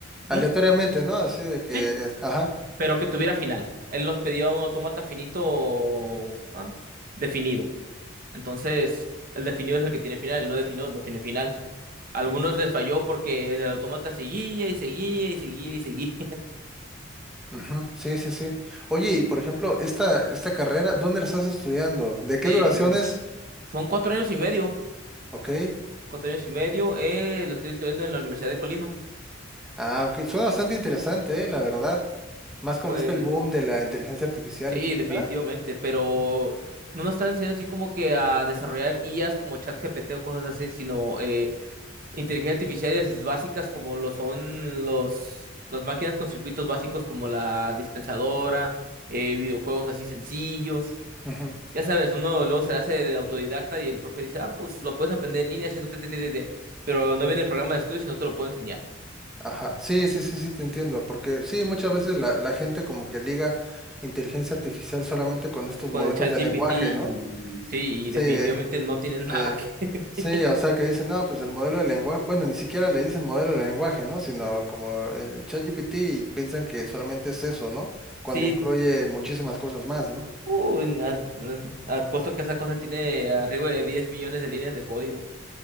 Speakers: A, in the centre; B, on the right.
A: aleatoriamente,
B: ¿Mm?
A: ¿no? Así de que,
B: sí,
A: ajá.
B: pero que tuviera final. Él nos pedía un autómata finito, ah, definido. Entonces, el definido es el que tiene final, el no definido no tiene final. Algunos les falló porque el autómata seguía y seguía y seguía y seguía. <laughs>
A: Ujú, Sí, sí, sí. Oye, y por ejemplo, esta, esta carrera, ¿dónde la estás estudiando? ¿De qué
B: Eh,
A: duración es?
B: son cuatro años y medio.
A: Ok.
B: Cuatro años y medio. Eh, lo estoy estudiando en la Universidad de Colima.
A: Ah, ok. Suena bastante interesante, eh, la verdad. Más con
B: Pues
A: este el boom de la inteligencia artificial,
B: sí,
A: etcétera.
B: definitivamente. Pero no nos están enseñando así como que a desarrollar IAs como ChatGPT o cosas así, sino eh, Inteligencia artificiales básicas como lo son los, las máquinas con circuitos básicos como la dispensadora, eh, videojuegos así sencillos.
A: Ujú,
B: Ya sabes, uno luego se hace de autodidacta y el profe dice, ah, pues lo puedes aprender en línea haciendo te, te, te, te, te". Pero no viene el programa de estudios y no te lo puedo enseñar.
A: Ajá. Sí, sí, sí, sí, te entiendo. Porque sí, muchas veces la, la gente como que liga inteligencia artificial solamente con estos
B: Con
A: modelos
B: el chat
A: de
B: GPT,
A: lenguaje,
B: y-
A: ¿no?
B: sí, y
A: Sí,
B: definitivamente no tiene nada
A: sí.
B: que...
A: Sí,
B: <laughs>
A: o sea que dicen, no, pues el modelo de lenguaje, bueno, ni siquiera le dicen modelo de lenguaje, ¿no? Sino como el ChatGPT y piensan que solamente es eso, ¿no? Cuando
B: Sí,
A: incluye muchísimas cosas más, ¿no?
B: uy, has, has puesto que esa cosa tiene arriba de 10 millones de líneas de código.